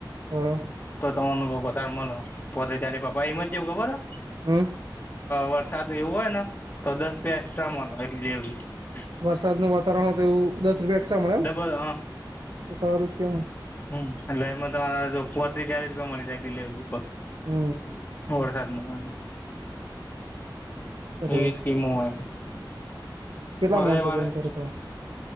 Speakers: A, on the right; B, on the left.
A: હ અ.
B: તો તમેન અ વધાર મલ પોત્રી ચાલી રૂપિયા પણ ઈમ ચેઉ ખબરહ
A: હમ્મ.
B: વરસાદ એવું હોય ને તો દસ રૂપિયા એક્સ્ટ્રા મળ જેવડી <unintelligible>
A: વરસાદ ન વાતાવરણ હોય તો એવું દસ રૂપિયા એક્સ્ટ્રા મળે એમ
B: ડબલ
A: તો સારું જ કેવા
B: હમ્મ એટલે એમાં તમારા જો પોત્રી ચાલિ રૂપિયા મળી જાય ડિલવરી પર.
A: હમ્મ.
B: વરસાદમાં હોય
A: એટલે
B: એવી સ્કીમો હોય.
A: કેટલા
B: હું રવિવારે
A: માણસો કામ કરે તો.